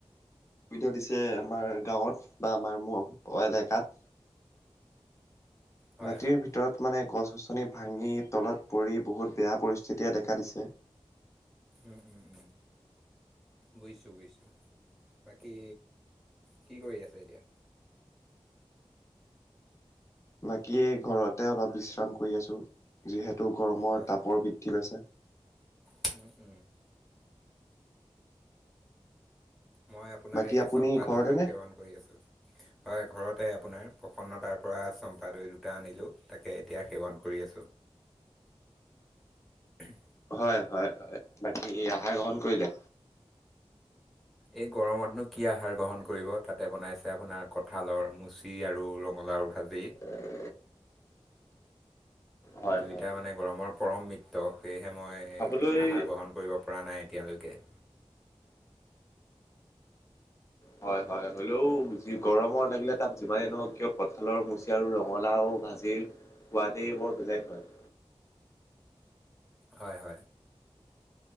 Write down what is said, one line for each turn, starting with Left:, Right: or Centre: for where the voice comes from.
Left: সুবিধা দিছে আমাৰ গাঁৱত বা আমাৰ ম এলেকাত
Centre: হয়
Left: ৰাতিৰ
Centre: হয়
Left: ভিতৰত মানে গছ গছনি ভাঙি তলত পৰি বহুত বেয়া পৰিস্থিতিয়ে দেখা দিছে
Centre: উম উম উম। বুজিছোঁ বুজিছোঁ বাকী কি কৰি আছে এতিয়া
Left: বাকী ঘৰতে অলপ বিশ্ৰাম কৰি আছোঁ‌, যিহেতু গৰমৰ
Centre: হয়
Left: তাপৰ বৃদ্ধি পাইছে।
Centre: <unintelligible> উম। মই আপোনাৰ
Left: বাকী
Centre: এই
Left: আপুনি
Centre: চম্পা
Left: ঘৰতেনে
Centre: দৈ সেৱন কৰি আছোঁ। হয় ঘৰতে আপোনাৰ, প্ৰসন্নতাৰ পৰা চম্পা দৈ দুটা আনিলোঁ তাকে এতিয়া সেৱন কৰি আছোঁ। <unintelligible>
Left: হয়, হয়, হয়, বাকী আহাৰ গ্ৰহণ কৰিলে?
Centre: এই গৰমতনো কি আহাৰ গ্ৰহণ কৰিব? তাতে বনাইছে আপোনাৰ কঠালৰ মুচি আৰু ৰ ৰঙলাওৰ ভাজি।
Left: <inaudible> হয়
Centre: দুয়োটা
Left: হয়
Centre: মানে গৰমৰ পৰম মৃত্য, সেয়েহে মই
Left: খাবলৈ
Centre: আহাৰ গ্ৰহণ কৰিব পৰা নাই এতিয়ালৈকে।
Left: হয় হয়, হ'লেও যি গৰমৰ লাগিলে তাপ যিমানেই নহওক কিয়, কঁ‌ঠালৰ মুচি আৰু ৰঙালাও ভা জিৰ সোৱদে বৰ বেলেগ হয়।
Centre: হয় হয়।